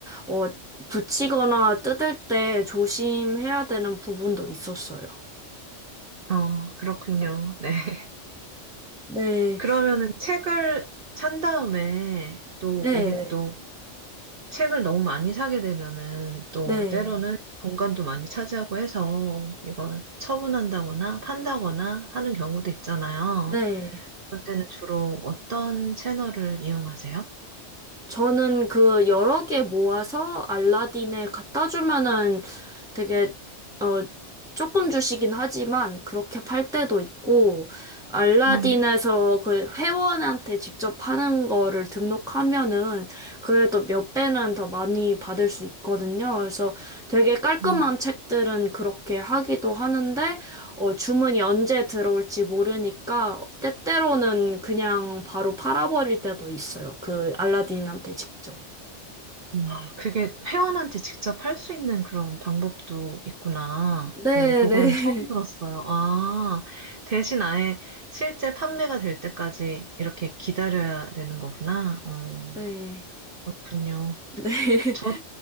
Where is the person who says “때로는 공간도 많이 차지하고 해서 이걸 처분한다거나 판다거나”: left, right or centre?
Right